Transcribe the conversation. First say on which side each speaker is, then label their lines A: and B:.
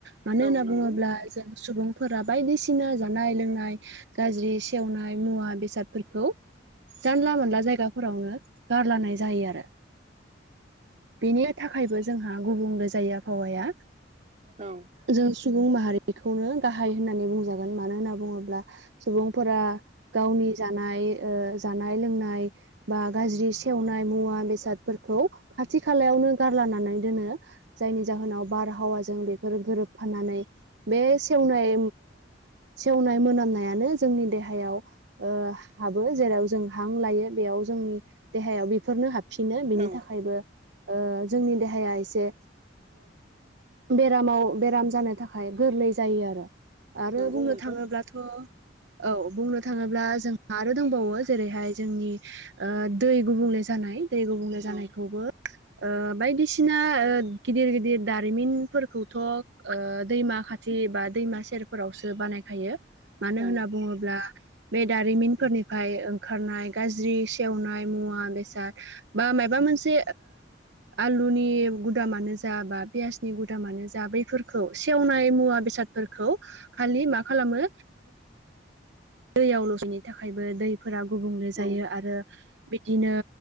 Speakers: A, on the right; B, on the right.
A: मानो
B: औ
A: होनना
B: नंगौ
A: बुङोब्ला जों सुबुंफोरा बायदिसिना जानाय लोंनाय गाज्रि सेवनाय मुवा बेसादफोरखौ जानला मोनला जायगाफोरावनो गारलनाय जायो आरो। <inaudible> बेनि थाखायबो जोंहा गुबुंले जायो आबहावाया।
B: औ
A: जों सुबुं माहारिखौनो गाहाय होननानै बुंजागोन मानो होनना बुङोब्ला सुबुं फोर गावनि जानाय जानाय लोंनाय बा गाज्रि सेवनाय मुवा बेसादफोरखौ खाथि खालायावनो गारलानानै दोनो जायनि जाहोनाव बारहावाजों बेफोरो गोरोबफाननानै बे सेवनाय सेवनाय मोनामनायानो जोंनि देहायाव हाबो जेराव जों हां लायो बेयाव जोंनि देहायाव बेफोरनो हाब फिनो बिनि
B: औ औ
A: थाखायबो जोंनि देहाया एसे बेरामाव बेराम जानो थाखाय आखाय गोरलै जायो आरो आरो
B: नंगौ
A: बुंनो
B: नोंथां
A: थांङोब्लाथ' औ बुंनो थांङोब्ला जों आरो दंबावो जेरैहाय जोंनि दै गुबुंले जानाय दै गुबुंले जानायखौबो
B: औ
A: <inaudible> बायदिसिना गिदिर गिदिर दारिमिनफोरखौथ' दैमा खाथि फुथि बा दैमा सेरफोरावसो बानायखायो मानो
B: औ
A: होनना बुंङोब्ला बे दारिमिनफोरनिफ्राय ओंखारनाय गाज्रि सेवनाय मुवा बेसाद बा माबा मोनसे आलुनि गुदामानो जा बा पियासनि गुदामानो जा बैफोरखौ सेवनाय मुवा बेसाद खालि मा खालामो दैयाव लसेनि थाखायबो दैफोरा गुबुंले जायो
B: औ
A: आरो बिदिनो